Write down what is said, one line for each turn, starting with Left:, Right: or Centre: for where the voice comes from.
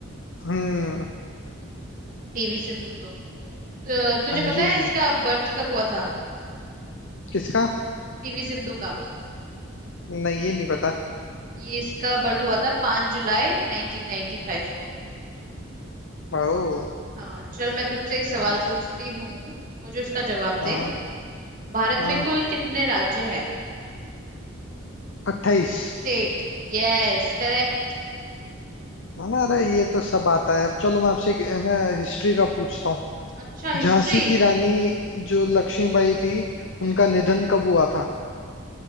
Left: हम्म
Right: पीवी सिंधु तो, तो तुझे
Left: हाँ
Right: पता
Left: जी
Right: है इसका बर्थ कब हुआ था
Left: किसका
Right: पीवी सिंधु का
Left: नहीं ये नहीं पता
Right: ये इसका बर्थ हुआ था 5 जुलाई 1995 को
Left: ओ
Right: हाँ चल मैं तुझसे एक सवाल
Left: ये
Right: पूछती हूँ मुझे उसका जवाब
Left: हाँ
Right: दे भारत
Left: हाँ
Right: में कुल कितने राज्य हैं
Left: अट्ठाईस
Right: State yes correct
Left: है ना अरे ये तो सब आता है अब चलो मैं आपसे एक, है ना हिस्ट्री का पूछता हूँ
Right: अच्छा हिस्ट्री
Left: झांसी की रानी जो लक्ष्मीबाई थी
Right: हम्म
Left: उनका निधन कब हुआ था